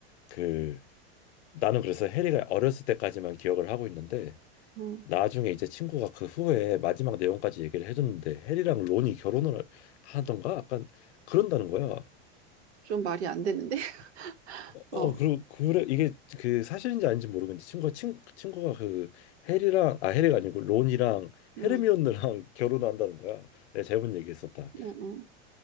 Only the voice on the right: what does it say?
음.
좀 말이 안 되는데? <laughs>
어,
음,
음, 음.